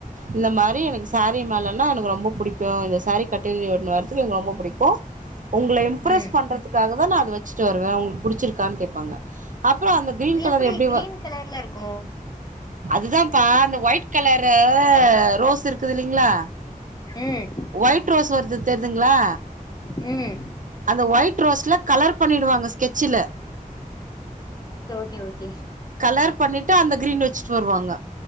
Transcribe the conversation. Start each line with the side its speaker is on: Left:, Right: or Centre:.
Right: இந்த மாரி எனக்கு சாரி மேலெல்லா எனக்கு ரொம்ப புடிக்கு இந்த சாரி கட்டினு வர்துக்கு எனக்கு ரொம்போ புடிக்கு உங்கள இம்ப்ரெஸ்
Left: ம்
Right: பண்றதுக்காக அத நா வெச்சிட்டு வருவே உங்ளுக்கு புடிச்சிருக்கானு கேப்பாங்க அப்பற அந்த கிரீன் கலர்
Left: எப்படி
Right: எப்டி
Left: கிரீன் கலர்ல இருக்கு
Right: அதுதான்ப்பா அந்த ஒயிட் கலரு ரோஸ் இருக்குது இல்லிங்கிளா
Left: ம்
Right: ஒயிட் ரோஸ் வர்து தெர்துங்களா
Left: ம்
Right: அந்த ஒயிட் ரோஸ்ல கலர் பண்ணிடுவாங்க ஸ்கெச்சுல
Left: ம் செ
Right: கலர் பண்ணிட்டு அந்த கிரீன் வெச்சு சுருவாங்க